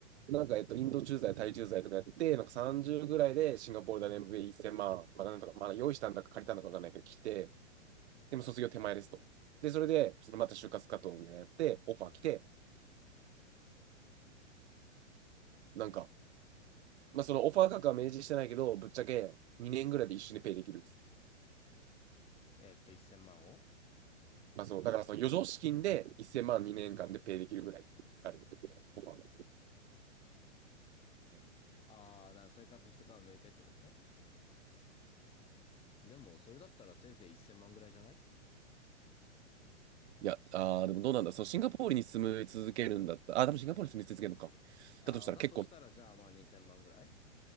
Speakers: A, on the right; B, on the left.
A: なんか、えっと、インド駐在、タイ駐在とかやって、なんか30ぐらいでシンガポール大の m v p 一0万、まあ、なんとか、まあ、用意したんだか借りたんだかわかんないけど、来て、でも卒業手前ですと。で、それで、また就活活動みたいなやって、オファー来て、なんか、まあ、そのオファー価格は明示してないけど、ぶっちゃけ2年ぐらいで一緒にペイできる。
B: えーっと、1000万を
A: まあ、そうだからその余剰資金で1000万2年間でペイできるぐらいあるってことじゃない、オファーが。
B: ああ、だから生活費とかを抜いてってことね。でも、それだったらせいぜい1000万ぐらいじゃない
A: いや、あーでもどうなんだ、そのシンガポールに住み続けるんだったらあー、多分シンガポールに住み続けるのか。
B: ああ、
A: だとしたら結構、
B: だとしたら、じゃあまあ2000万ぐらい